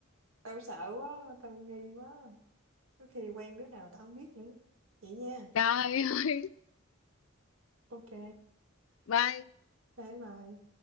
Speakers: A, on the right (about 75°); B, on the left (about 70°).
A: tao sợ quá tao nghi quá có khi quen đứa nào tao không biết nữa vậy nha
B: Trời ơi.
A: ok
B: Bye.
A: bye bye